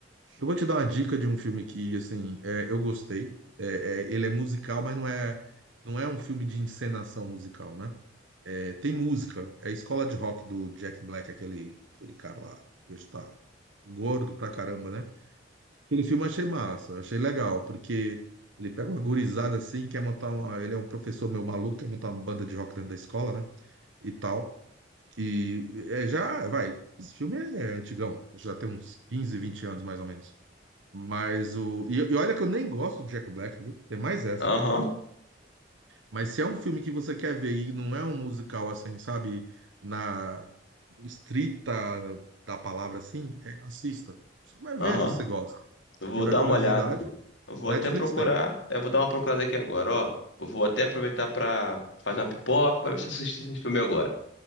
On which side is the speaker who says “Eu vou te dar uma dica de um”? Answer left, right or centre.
Right